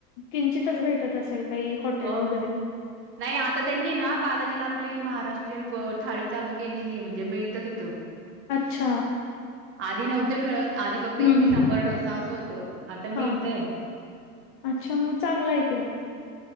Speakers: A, on the left; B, on the right.
A: किंचितच भेटत असेल.. काही हॉटेल
B: अ
A: वगैरे
B: नाही आता त्यांनी ना बालाजीला आप महाराष्ट्रीयन थाळी चालू केलेली आहे म्हज म्हणे मिळत तिथ
A: अच्छा
B: आधी नव्हतं मिळत आधी फक्त
A: हम्म
B: इडली
A: हम्म
B: सांबर डोसा अस होतो आता
A: हा
B: मिळतय..
A: अच्छा मग चांगलं आहे की मग